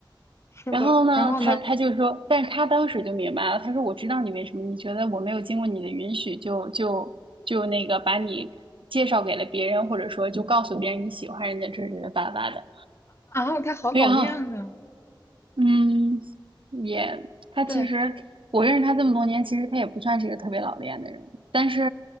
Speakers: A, on the left; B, on the right.
A: 是的。
B: 然后呢，
A: 然后呢？
B: 他他就说，但是他当时就明白了，他说我知道你为什么，你觉得我没有经过你的允许就就就那个把你介绍给了别人，或者说就告诉别人你喜欢人家，这是巴拉巴拉的。
A: 啊，他好老练呢。
B: 然后嗯，也，他其实我认识他这么多年，
A: 对，
B: 其实他也不算是一个特别老练的人，但是，